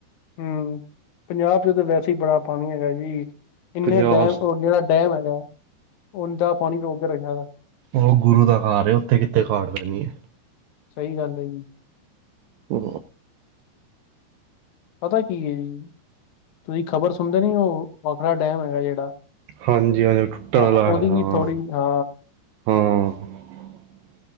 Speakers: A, on the left; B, on the right.
A: ਹੂੰ ਪੰਜਾਬ 'ਚ ਤਾਂ ਵੈਸੇ ਈ ਬੜਾ ਪਾਣੀ ਹੈਗਾ ਜੀ ਇੰਨੇ
B: ਪੰਜਾਬ
A: ਡੈਮ ਜੇੜਾ ਡੈਮ ਹੈਗਾ। ਉਹਦਾ ਪਾਣੀ ਰੋਕ ਕੇ ਰੱਖਿਆ ਵਾ।
B: ਓ ਗੁਰੂ ਦਾ ਘਰ ਉੱਥੇ ਕਿਥੇ ਖਾੜ ਪੈਣੀ ਏ।
A: ਸਈ ਗੱਲ ਏ ਜੀ।
B: ਓ
A: ਪਤਾ ਕੀ ਏ ਜੀ ਤੁਸੀਂ ਖ਼ਬਰ ਸੁਣਦੇ ਨੀ ਓ ਭਾਖਰਾ ਡੈਮ ਹੈਗਾ ਜੇੜਾ
B: ਹਾਂਜੀ ਹਾਂਜੀ ਟੁੱਟਣ
A: ਹਾ
B: ਵਾਲਾ
A: ਉਦੀ
B: ਹੈਗਾ
A: ਵੀ
B: ਹਾਂ
A: ਥੋੜ੍ਹੀ ਆ।
B: ਹਾਂ।